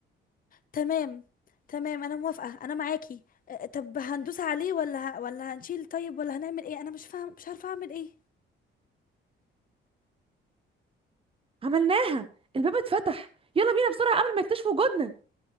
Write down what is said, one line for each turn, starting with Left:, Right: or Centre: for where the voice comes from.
Left: تمام تمام انا موافقه انا معاكي أ- طب هندوس عليه ولا ه- ولا هنشيل طيب ولا هنعمل ايه انا مش فاهم مش عارفه اعمل ايه
Right: عملناها الباب اتفتح يلا بينا بسرعه قبل ما يكتشفوا وجودنا